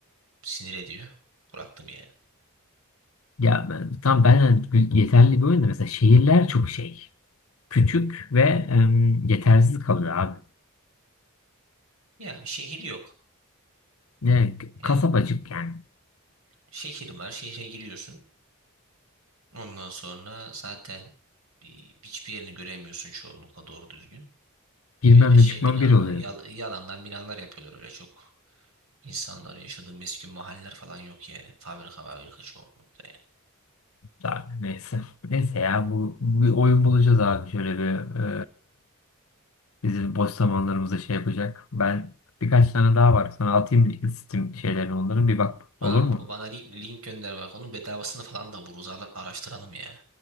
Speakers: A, on the right; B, on the left.
A: sinir ediyor. Bıraktım yani.
B: Ya ben, tam ben yeterli bir oyun da mesela şehirler çok şey. Küçük ve em, yetersiz kalıyor abi.
A: Ya bir şehir yok.
B: Ne
A: Yani
B: kasabacık yani.
A: Şehir var. Şehre giriyorsun. Ondan sonra zaten e, hiçbir yerini göremiyorsun çoğunlukla doğru düzgün.
B: Girmem
A: Böyle şey
B: ve çıkmam
A: binalar,
B: bir oluyor.
A: yal- yalandan binalar yapıyorlar öyle çok. İnsanların yaşadığı meskun mahalleler falan yok yani. Fabrika var fabrika çoğunlukla yani.
B: Abi neyse. Neyse ya bu bu bir oyun bulacağız abi. Şöyle bir e, bizim boş zamanlarımızda şey yapacak. Ben birkaç tane daha var. Sana atayım Steam şeylerini onların bir bak. Olur
A: Bana,
B: mu?
A: bana link, link gönder bak. Onun bedavasını falan da buluruz. Ara- Araştıralım ya.